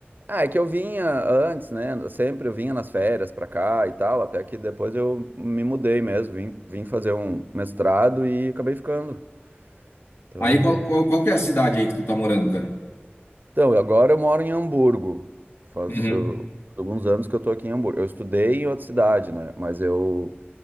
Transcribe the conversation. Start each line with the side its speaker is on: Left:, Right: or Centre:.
Right: Ah, é que eu vinha antes, né? Sempre eu vinha nas férias pra cá e tal, até que depois eu me mudei mesmo, vim, vim fazer um mestrado e acabei ficando. Então,
Left: Aí, qual, qual, qual que é a cidade aí que tu tá morando, cara?
Right: então, agora eu moro em Hamburgo. Faz
Left: Uhum.
Right: uh, alguns anos que eu tô aqui em Hamburgo. Eu estudei em outra cidade, né? Mas eu